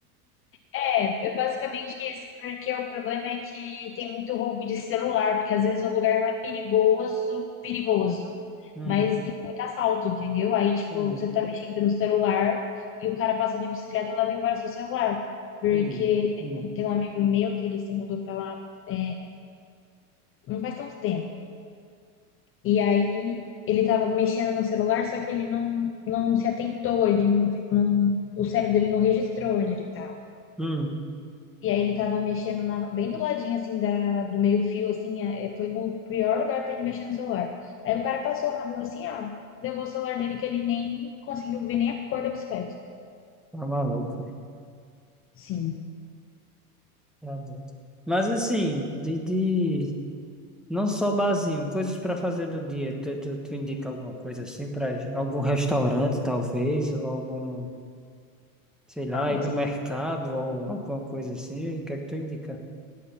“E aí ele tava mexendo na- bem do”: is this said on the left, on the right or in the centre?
Left